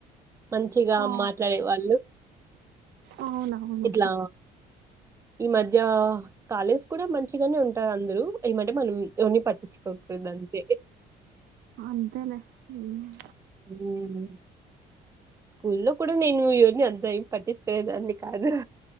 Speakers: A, on the right; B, on the right.
A: మంచిగా
B: ఆ
A: మాట్లాడే వాళ్ళు
B: అవునవును.
A: ఇట్లా ఈ మధ్యా కాలేజ్ కూడా మంచిగనే ఉంటార్ అందరూ ఏమంటే మనం ఎవర్ని పట్టిచ్చుకోకూడదంతే
B: అంతెలే మ్
A: మ్ స్కూల్లో కుడా నేను ఎవర్ని అంత ఏం పట్టిచుకునేదాన్ని కాదు